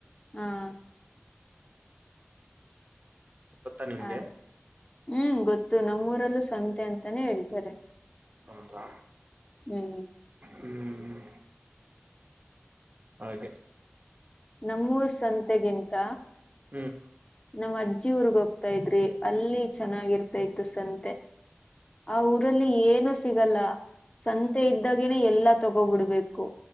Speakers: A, on the left (about 25°); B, on the right (about 40°).
A: ಹ್ಮ್.
B: ಗೊತ್ತಾ ನಿಮ್ಗೆ
A: ಹಾಗೆ ಹ್ಮ್ ಗೊತ್ತು ನಮ್ಮೂರಲ್ಲೂ ಸಂತೆ ಅಂತಾನೇ ಹೇಳ್ತಾರೆ.
B: ಹೌದಾ.
A: ಹ್ಮ್.
B: ಹ್ಮ್ ಹಾಗೆ.
A: ನಮ್ಮೂರ್ ಸಂತೆಗಿಂತ.
B: ಹ್ಮ್
A: ನಮ್ಮ್ ಅಜ್ಜಿ ಊರ್ಗ್ ಹೋಗ್ತಾ ಇದ್ರಿ ಅಲ್ಲಿ ಚೆನ್ನಾಗಿರ್ತ ಇತ್ತು ಸಂತೆ. ಆ ಊರಲ್ಲಿ ಏನು ಸಿಗಲ್ಲ. ಸಂತೆ ಇದ್ದಾಗೆನೆ ಎಲ್ಲಾ ತಗೋಬಿಡ್ಬೇಕು